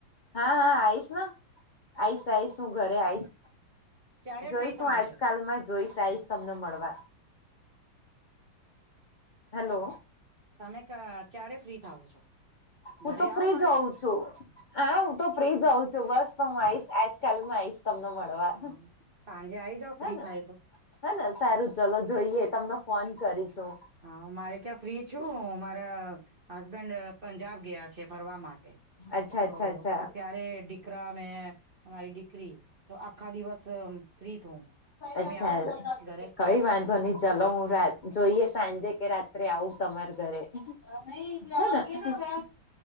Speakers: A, on the left; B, on the right.
A: હા હા આઈશ ના. આઈશ આઈસ હું ઘરે આઈશ.
B: ક્યારે
A: જોઈશ
B: ફ્રી થાવો
A: હું આજકાલમાં
B: છે
A: જોઈશ આઈશ. તમને મળવા. હલો
B: તમે ક ક્યારે ફ્રી થાવો છો?
A: હું
B: ઘરે
A: તો
B: આવો
A: ફ્રીજ
B: મારે
A: હોઉ છું. હા હું તો ફ્રીજ હોઉ છ તું બસ તો હું આઈશ આજકાલમાં આઈશ તમને મળ વા
B: હા સાંજે આઈ જાવ ફ્રી
A: હને
B: થાય તો
A: હને સારું ચલો જોઈએ તમને ફોન કરીશ હું.
B: હા મારે ક્યાં ફ્રી છું મારા હસબેન્ડ પંજાબ ગયા છે ફરવા માટે.
A: અચ્છા
B: તો
A: અચ્છા અચ્છા
B: અત્યારે દિ કરા ને અમારી દીકરી તો આખા દિવસ ત ફ્રી થુ, તમે
A: અચ્છા
B: આવો ઘરે.
A: કઈ વાંધો નહી ચલો હું રા જોઈએ સાંજે કે રાત્રે આવું તમારા ઘરે. હને <inaudible> ચલો